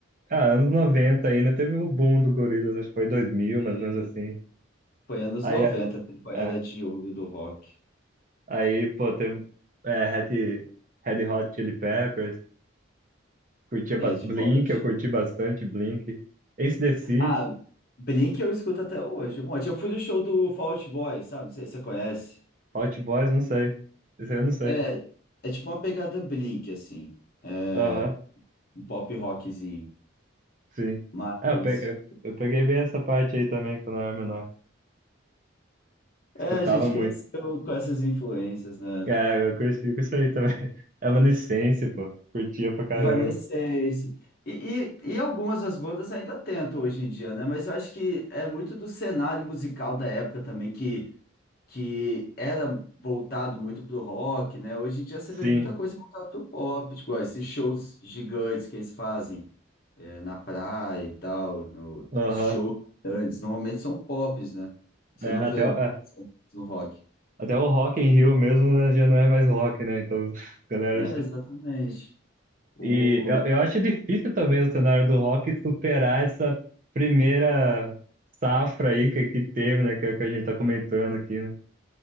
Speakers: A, on the right (about 40°); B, on the left (about 45°).
A: ah, anos 90 ainda, teve o boom do Gorillaz, acho que foi 2000,
B: E
A: mais ou menos assim.
B: foi anos
A: Aí,
B: 90,
A: é,
B: temporada
A: é,
B: de ouro do rock.
A: aí pô, teve é, Red, Red Hot Chili Peppers, curtia bas-
B: Red
A: Blink,
B: Hot.
A: eu curti bastante Blink. AC/DC,
B: Ah, Blink eu escuto até hoje. Um monte. Eu fui no show do Fall Out Boy, sabe? Não sei se você conhece.
A: Hot Boys, não sei. Esse aí eu não sei.
B: É, é tipo uma pegada Blink, assim. É,
A: Aham,
B: um pop rockzinho.
A: sim.
B: Mas
A: É, eu pe- eu- eu peguei bem essa parte aí também quando eu era menor.
B: é,
A: Escutava
B: a gente
A: muito.
B: cresceu com essas influências, né?
A: É, eu cresci com isso aí também. <laughs> Evanescence, pô. Curtia pra caramba.
B: Evanescence. E, e, e algumas das bandas ainda tentam hoje em dia, né? Mas eu acho que é muito do cenário musical da época também, que, que era voltado muito pro rock, né? Hoje em dia você
A: Sim,
B: vê muita coisa voltada pro pop, tipo, ó, esses shows gigantes que eles fazem é, na praia e tal, no
A: aham.
B: shows grandes, normalmente são pops, né? Você
A: É,
B: não
A: até,
B: vê
A: o- é,
B: no rock.
A: até o Rock in Rio mesmo né, já não é mais rock, né? Então, <laughs> galera.
B: É,
A: já-
B: exatamente. O...
A: E eu, eu acho difícil também o cenário do rock superar essa primeira safra aí que, que teve, né? Que, que a gente tá comentando aqui, né?